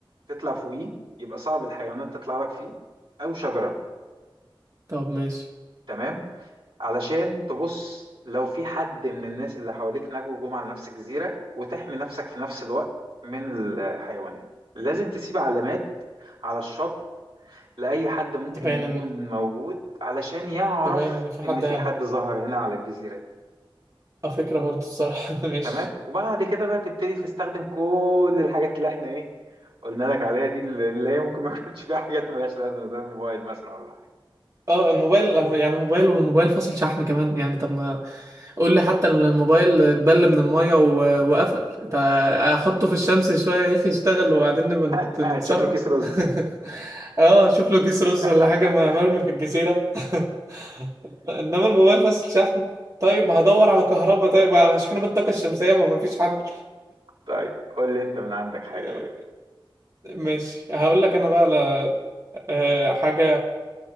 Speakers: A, on the right; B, on the right.
A: تطلع فوقيه يبقى صعب الحيوانات تطلع لك فيه أو شجرة
B: طب ماشي
A: تمام علشان تبص لو في حد من الناس اللي حواليك نجوا وجم على نفس الجزيرة وتحمي نفسك في نفس الوقت من الحيوانات لازم تسيب علامات على الشط لأي حد ممكن
B: تبين
A: يكون
B: ان
A: موجود علشان يعرف
B: تبين ان في حد
A: إن في
B: هنا
A: حد ظهر هنا على الجزيرة دي
B: اه فكرة برضه الصراحة <laughs> ماشي
A: تمام وبعد كده بقى تبتدي تستخدم كل الحاجات اللي احنا ايه قلنا لك عليها دي اللي هي ممكن ما يكونش فيها حاجات ملهاش لازمة زي الموبايل مثلا ولا حاجة
B: اه الموبايل يعني موبايل والموبايل فاصل شحن كمان يعني طب ما قول لي حتى الموبايل اتبل من المية و... وقفل ده احطه في الشمس شوية يا اخي يشتغل وبعدين نبقى نت...
A: <laughs>
B: نتصرف
A: تشوف له كيس رز
B: <laughs> اه اشوف له كيس رز
A: <laughs>
B: ولا حاجة م- مرمي في الجزيرة <laughs> انما الموبايل فاصل شحن طيب هدور على كهرباء طيب هشحنه بالطاقة الشمسية ما مفيش حل
A: طيب قول لي انت من عندك حاجة
B: آه،
A: بقى
B: ماشي هقول لك انا بقى على آه، حاجة